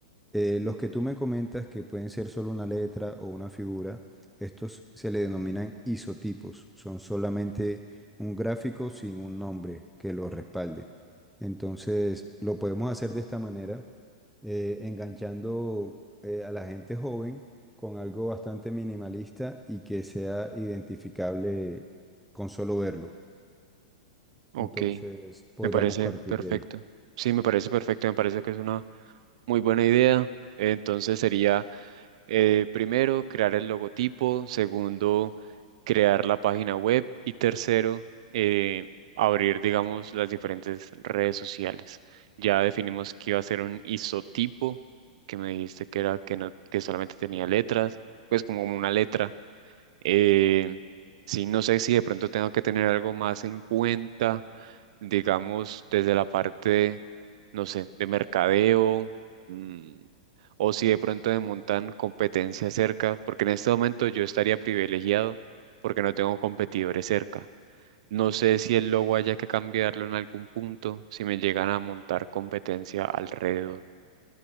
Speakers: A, in the centre; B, on the right (about 65°).
A: Eh, los que tú me comentas que pueden ser solo una letra o una figura, estos se le denominan isotipos, son solamente un gráfico sin un nombre que lo respalde. Entonces, lo podemos hacer de esta manera, eh, enganchando eh, a la gente joven con algo bastante minimalista y que sea identificable con solo verlo.
B: Ok.
A: Entonces, podríamos
B: Me parece
A: partir
B: perfecto.
A: de ahí.
B: Sí, me parece perfecto. Me parece que es una muy buena idea. Entonces sería, eh, primero, crear el logotipo. Segundo, crear la página web. Y tercero, eh, abrir, digamos, las diferentes redes sociales. Ya definimos que iba a ser un isotipo, que me dijiste que era que no, que solamente tenía letras, pues como una letra. Eh, sí, no sé si de pronto tengo que tener algo más en cuenta, digamos, desde la parte, no sé, de mercadeo, mm, o si de pronto me montan competencia cerca, porque en este momento yo estaría privilegiado porque no tengo competidores cerca. No sé si el logo haya que cambiarlo en algún punto, si me llegan a montar competencia alrededor.